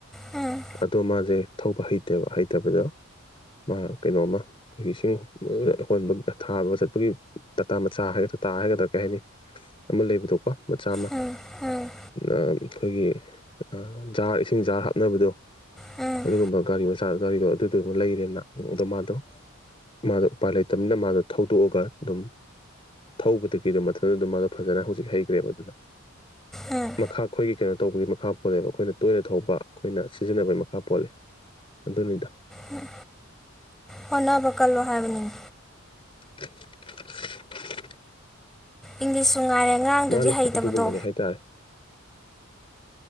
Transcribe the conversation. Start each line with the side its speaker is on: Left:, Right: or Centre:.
Centre: ꯎꯝ
Left: ꯑꯗꯣ ꯃꯥꯖꯦ ꯊꯧꯕ ꯍꯩꯇꯦꯕ ꯍꯩꯇꯕꯗꯣ ꯃꯥ ꯀꯩꯅꯣꯝꯃ ꯑꯈꯣꯏꯒꯤ ꯏꯁꯤꯡ <unintelligible> ꯍꯣꯟꯕ ꯊꯥꯕ ꯆꯠꯄꯒꯤ ꯇꯇꯥ ꯃꯆꯥ ꯍꯥꯏꯒꯗ꯭ꯔꯥ ꯇꯥ ꯍꯥꯏꯒꯗ꯭ꯔꯥ ꯀꯩ ꯍꯥꯏꯅꯤ ꯑꯃ ꯂꯩꯕꯗꯣꯀꯣ ꯃꯆꯥ ꯑꯃ
Centre: ꯎꯝ ꯎꯝ
Left: ꯑꯥ ꯑꯩꯈꯣꯏꯒꯤ ꯑꯥ ꯖꯥꯔ ꯏꯁꯤꯡ ꯖꯥꯔ ꯍꯥꯞꯅꯕꯗꯣ
Centre: ꯎꯝ
Left: ꯑꯗꯨꯒꯨꯝꯕ ꯒꯥꯔꯤ ꯁꯥꯜ ꯒꯥꯔꯤꯗꯣ ꯑꯗꯨꯗꯨꯃꯥ ꯂꯩꯔꯦꯅ ꯑꯗꯣ ꯃꯥꯗꯣ ꯃꯥꯗꯣ ꯎꯄꯥꯏ ꯂꯩꯇꯝꯅꯤꯅ ꯃꯥꯗꯣ ꯊꯧꯗꯣꯛꯑꯒ ꯑꯗꯨꯝ ꯊꯧꯕꯗꯒꯤ ꯑꯗꯨꯝ ꯃꯊꯟꯗ ꯑꯗꯨꯝ ꯃꯥꯗꯣ ꯐꯖꯅ ꯍꯧꯖꯤꯛ ꯍꯩꯒ꯭ꯔꯦꯕ ꯑꯗꯨꯅ
Centre: ꯎꯝ
Left: ꯈꯥ ꯑꯩꯈꯣꯏꯒꯤ ꯀꯩꯅꯣ ꯇꯧꯕꯒꯤ ꯃꯈꯥ ꯄꯣꯜꯂꯦꯕ ꯑꯩꯈꯣꯏꯅ ꯇꯣꯏꯅ ꯊꯧꯕ ꯑꯩꯈꯣꯏꯅ ꯁꯤꯖꯤꯟꯅꯕꯒꯤ ꯃꯈꯥ ꯄꯣꯜꯂꯦ ꯑꯗꯨꯅꯤꯗ
Centre: ꯎꯝ ꯍꯣꯠꯅꯕ ꯀꯜꯂꯣ ꯍꯥꯏꯕꯅꯤ
Left: <unintelligible>
Centre: ꯏꯪꯂꯤꯁꯁꯨ ꯉꯥꯏꯔꯦ ꯉꯥꯡꯗꯔꯥꯗꯤ
Left: ꯃꯥꯅꯤ
Centre: ꯍꯩꯇꯕꯗꯣ
Left: ꯑꯗꯨꯒꯨꯝꯕꯅꯦ ꯍꯥꯏꯇꯥꯔꯦ